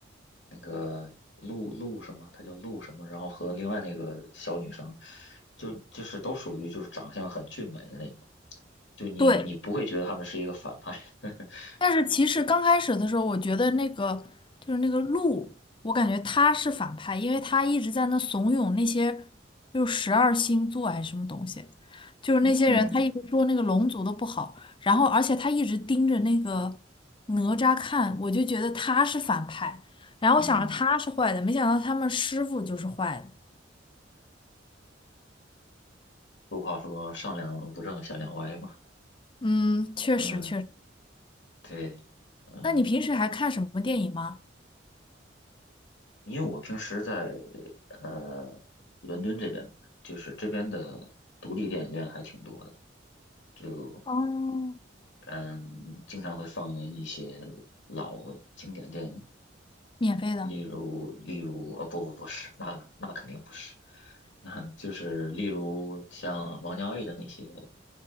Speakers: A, on the left; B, on the left.
A: 那个陆陆什么，他叫陆什么，然后和另外那个小女生，就就是都属于就是长相很俊美的那种，就你你不会觉得他们是一个反派。
B: 对。
A: <laughs>
B: 但是其实刚开始的时候，我觉得那个就是那个鹿，我感觉他是反派，因为他一直在那怂恿那些就是十二星座还是什么东西，就是那些人，
A: 嗯
B: 他一直说那个龙族的不好，然后而且他一直盯着那个哪吒看，我就觉得他是反派，然后我想着他是坏的，
A: 嗯。
B: 没想到他们师傅就是坏的。
A: 俗话说上梁不正下梁歪嘛，
B: 嗯，确实确实。
A: 嗯，对，嗯，
B: 那你平时还看什么电影吗？
A: 因为我平时在呃伦敦这边，就是这边的独立电影院还挺多的，就
B: 哦，
A: 嗯经常会放映一些老经典电影，
B: 免费的？
A: 例如例如呃、不不不是，那那肯定不是，<laughs> 那就是例如像王家卫的那些。